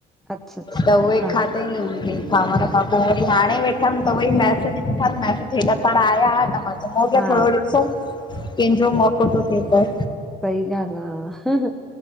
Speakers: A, in the centre; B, on the left.
A: अच्छा अच्छा
B: त उहे
A: हा
B: खाधे
A: हा
B: ई हूए ख़ावर खां पो, वरी हाणे वेठम त वरी मैसेज ॾिठम मैसेज हेॾा सारा आया हुआ त मा चऊ म
A: हा
B: थोरो ॾिसो कंहिंजो मौको थो थिए पयो।
A: सई ॻाल् आ